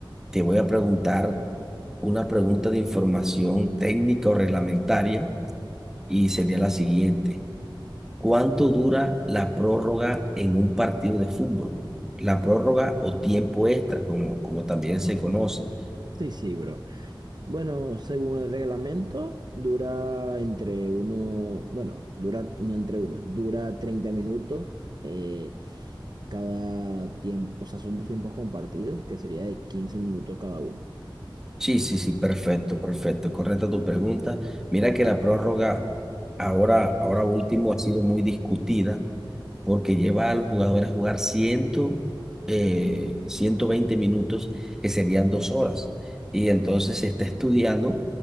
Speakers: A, in the centre; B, on the right.
A: te voy a preguntar una pregunta de información técnica o reglamentaria y sería la siguiente. ¿Cuánto dura la prórroga en un partido de fútbol? La prórroga o tiempo extra, como, como también se conoce.
B: Sí, sí, bro. Bueno, según el reglamento, dura entre uno, bueno, dura, no entre uno, dura 30 minutos eh, cada tiempo, o sea, son dos tiempos compartidos, que sería de 15 minutos cada uno.
A: Sí, sí, sí, perfecto, perfecto. Correcta tu pregunta. Mira que la prórroga ahora, ahora último ha sido muy discutida porque lleva a los jugadores a jugar 100, eh, 120 minutos, que serían dos horas. Y entonces se está estudiando